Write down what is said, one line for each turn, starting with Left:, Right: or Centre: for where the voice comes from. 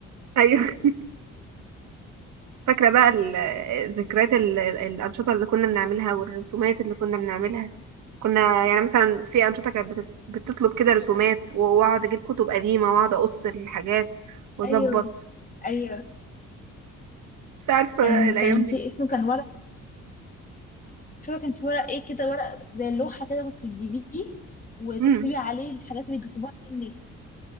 Right: أيوة <laughs> فاكرة بقى ال- ذكريات ال- ال- الأنشطة اللي كنا بنعملها والرسومات اللي كنا بنعملها كنا يعني مثلا في أنشطة كانت بت- بتطلب كده رسومات و- وأقعد أجيب كتب قديمة وأقعد أقص الحاجات وأظبط
Left: ايوه ايوه
Right: مش عارفة
Left: كان
Right: الأيام
Left: كان
Right: دي
Left: في اسمه كان ورق مش فاكرة كان في ورق ايه كده ورق زي اللوحة كده كنت تجيبيه وتكتبي
Right: مم.
Left: عليه الحاجات اللي بيطلبوها منك